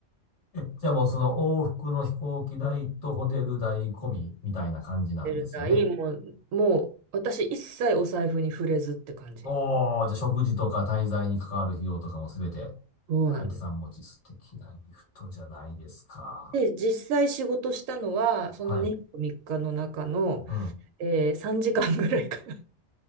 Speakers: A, on the left; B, on the right.
A: え、じゃあもうその往復の飛行機代とホテル代込みみたいな感じなんですよね。
B: 出る代もう、もう、私一切お財布に触れずって感じ。
A: おー、じゃあ食事とか滞在に関わる費用とかもすべて、
B: そうなんです。
A: 相手さん持ち素敵なギフトじゃないですか。
B: で、実際仕事したのは、その2日3日の中の、
A: はい。うん。
B: えー3時間ぐらいかな。